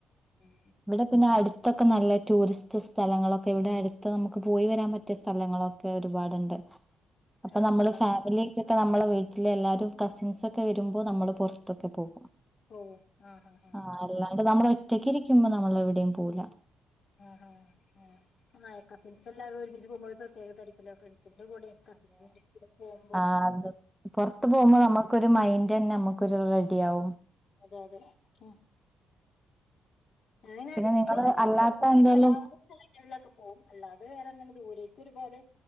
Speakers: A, on the left; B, in the centre.
A: ഉം
B: ഇവിടെ പിന്നെ അടുത്തൊക്കെ നല്ല ടൂറിസ്റ്റ് സ്ഥലങ്ങളൊക്കെ ഇവിടെ അടുത്ത് നമുക്ക് പോയി വരാൻ പറ്റിയ സ്ഥലങ്ങളൊക്കെ ഒക്കെ ഒരുപാടുണ്ട്
A: <inaudible>
B: അപ്പൊ നമ്മള്
A: സ്ഥലം
B: ഫാമിലി റ്റൊക്കെ നമ്മളെ വീട്ടിലെ എല്ലാരും കസിൻസൊക്കെ വരുമ്പോ നമ്മള് പുറത്തൊക്കെ പോകും
A: പോവും ആഹ് ആഹ്
B: ആ അല്ലാണ്ട് നമ്മൾ ഒറ്റക്കിരിക്കുമ്പോ നമ്മള് എവിടെയും പോവുല
A: ആഹ് ആഹ് ആഹ് കസിൻസ് എല്ലാരും ഒരുമിച്ച് പോകുമ്പോ പ്രത്യേകത ആയിരിക്കല്ലോ ഫ്രണ്ട്സിന്റെ കൂടെ ആഹ് <unintelligible> പോവുമ്പോ
B: അത് പെറത്ത് പോകുമ്പോ നമുക്കൊരു മൈന്റെന്നെ നമുക്കൊരു റെഡിയാവും
A: അതെ അതെ ഉം അങ്ങനെ
B: പിന്നെ
A: എടുക്കക്കെ
B: നിങ്ങള്
A: പോ
B: അല്ലാത്ത
A: പോയി
B: എന്തേലും
A: വരാവുന്ന സ്ഥല ങ്ങളിലൊക്കെ പോവും അല്ലാതെ വേറെങ്ങനെ ദൂരേക്ക് ഒരുപാട്